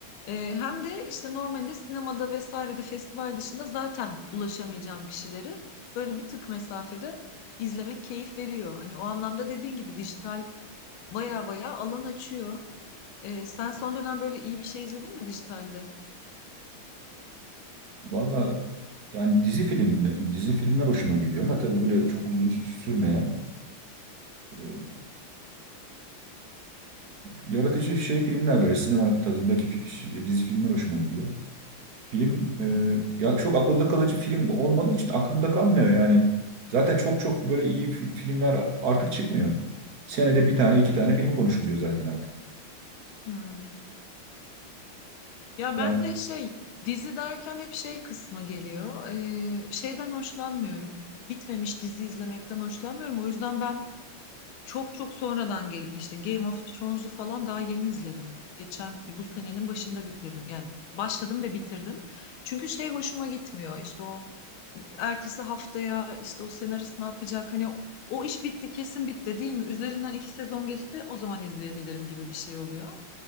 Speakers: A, on the left; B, on the right.
A: Ee, hem de işte normalde sinemada vesairede festival dışında zaten ulaşamayacağım kişileri böyle bir tık mesafede izlemek keyif veriyor. Hani o anlamda dediğin gibi dijital baya baya alan açıyor. Ee, sen son dönem böyle iyi bir şey izledin mi dijitalde?
B: Valla yani dizi film dizi filmler hoşuma gidiyor ama tabii böyle çok uzun sürmeyen. e, yaratıcı şey filmler böyle sinema tadındaki fi- ş- dizi filmler hoşuma gidiyor. Film e,
A: Hmm.
B: ya çok akılda kalıcı film olmadığı için aklımda kalmıyor yani. Zaten çok çok böyle iyi fi- filmler artık çıkmıyor. Senede bir tane iki tane film konuşuluyor zaten artık.
A: Hmm. Ya
B: Yani
A: ben de şey dizi derken hep şey kısmı geliyor. Ee, şeyden hoşlanmıyorum. Bitmemiş dizi izlemekten hoşlanmıyorum. O yüzden ben Çok çok sonradan gel işte Game of Thrones'u falan daha yeni izledim. Geçen bu senenin başında bitirdim. Yani başladım ve bitirdim. Çünkü şey hoşuma gitmiyor. İşte o ertesi haftaya işte o senarist ne yapacak? Hani o, o iş bitti kesin bitti değil mi? Üzerinden iki sezon geçti o zaman izleyebilirim gibi bir şey oluyor.